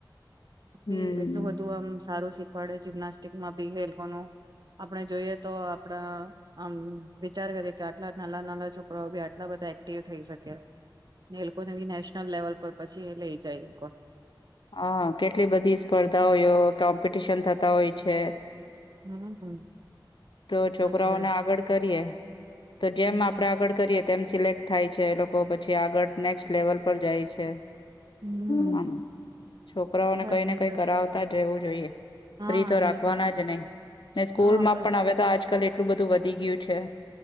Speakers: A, on the left (about 75°); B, on the right (about 55°).
A: હમ
B: હે એટલું બધું આમ સારું શે પડે જીમનાસ્ટિકમાં બી એ લોકોનું આપણે જોઈએ તો આપડા આમ વિચાર કરીએ કે આટલા નાના નાના છોકરાઓ બી આટલા બધા એક્ટિવ થઈ શક્યા એ લોકોને બી નેશનલ લેવલ પર પછી લઈ જાય એ
A: હા કેટલી બધી સ્પર્ધાઓઓ કોમ્પિટિશન થતા હોય છે
B: હમ્મ
A: તો
B: એ
A: છોકરાઓને
B: છે
A: આગળ કરીએ તો જેમ
B: હમ
A: આપડે આગળ કરીએ તેમ સિલેક્ટ થાય છે એ લોકો પછી આગળ નેક્સ્ટ લેવલ પર જાય છે
B: હમ
A: આમ છોકરાઓને
B: બસ
A: કઈને
B: એ
A: કઈ
B: તો
A: કરાવતા
B: છે
A: જ રહેવું જોઈએ
B: હા
A: ફ્રી તો રાખવાના
B: એ લોકો
A: જ નહી ને સ્કૂલ
B: હા
A: માં
B: બસ
A: પણ હવે તો આજ આકાલ એટલું બધું વધી ગયું છે